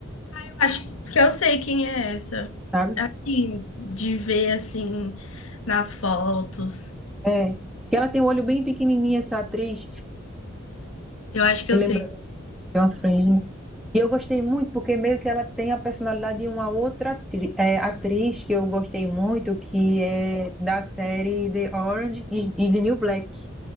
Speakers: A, on the left; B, in the centre.
A: Eu acho que eu sei quem é essa.
B: Sabe?
A: Sim, de ver assim nas fotos.
B: É. que ela tem o olho bem pequenininho, essa atriz.
A: Eu acho que
B: Me
A: eu
B: lembra
A: sei.
B: de uma franjinha. E eu gostei muito porque meio que ela tem a personalidade de uma outra atri- é, atriz que eu gostei muito, que é da série The Orange is, is the New Black,